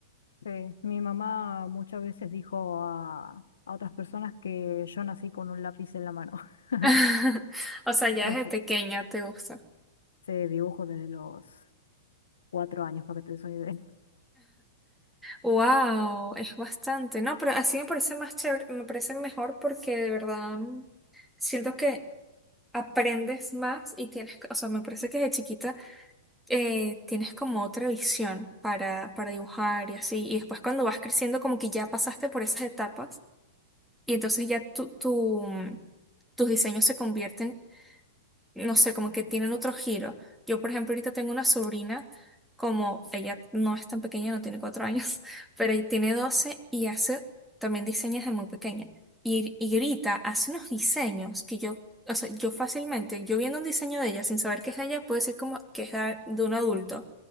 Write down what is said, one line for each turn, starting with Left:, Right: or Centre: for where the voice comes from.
Left: Sí, mi mamá muchas veces dijo a, a otras personas que yo nací con un lápiz en la mano. <laughs>
Centre: <laughs> O sea, ya
Left: O
Centre: desde
Left: sea,
Centre: pequeña te gusta.
Left: Se dibujo desde los cuatro años, para que te des una idea. <laughs>
Centre: Wow, es bastante. No, pero así me parece más chévere, me parece mejor porque de verdad mm, siento que aprendes más y tienes, que- o sea, me parece que desde chiquita eh, tienes como otra visión para, para dibujar y así. Y después cuando vas creciendo, como que ya pasaste por esas etapas y entonces ya tu, tu, mm, tus diseños se convierten no sé, como que tienen otro giro. Yo, por ejemplo, ahorita tengo una sobrina, como ella no es tan pequeña, no tiene cuatro años, <laughs> pero ella tiene 12 y hace también diseños de muy pequeña. Y, y ahorita hace unos diseños que yo, o sea, yo fácilmente, yo viendo un diseño de ella sin saber que es de ella, puedo decir como que es de de un adulto.